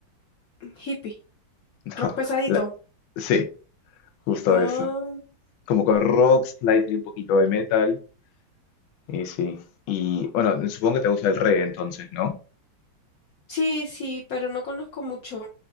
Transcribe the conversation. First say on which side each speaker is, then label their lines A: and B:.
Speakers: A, on the left; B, on the left.
A: Hippie.
B: <laughs> No,
A: Rock pesadito.
B: la- sí, justo
A: Ah,
B: eso. Como con rock, slightly un poquito de metal. Y sí. Y bueno, supongo que te gusta el reggae entonces, ¿no?
A: Sí, sí, pero no conozco mucho.